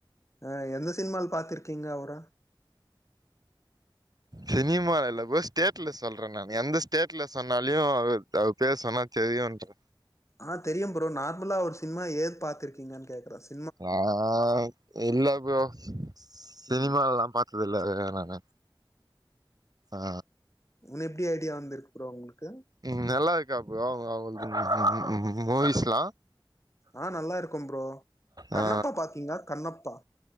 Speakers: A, on the left (about 35°); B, on the right (about 45°).
A: ஆ எந்த சினிமால பாத்திருக்கீங்க அவர
B: சினிமால இல்ல ப்ரோ ஸ்டேட்ல சொல்ற நா எந்த ஸ்டேட்ல சொன்னாலுஅவர் பேர் சொன்னா தெரியுன்ட்டு
A: ஆ தெரியும் ப்ரோ நார்மலா அவுர் சினிமா ஏது பார்த்திருக்கீங்கன் கேக்குற சார்
B: அ அ இல்ல ப்ரோ சினிமால்லாம்
A: ம்
B: பாத்தது இல்ல நானு அ
A: இன்ன எப்டி ஐடியா வந்திருக்கு ப்ரோ உங்ளுக்கு
B: ம் நல்லா இருக்கா ப்ரோ அவு அவுங்கல்து ம் ம் ம் மூவிஸ்ல்லா
A: ஆ நல்லாருக்கும் ப்ரோ
B: ஆ
A: கண்ணப்பா பாத்தீங்ளா கண்ணப்பா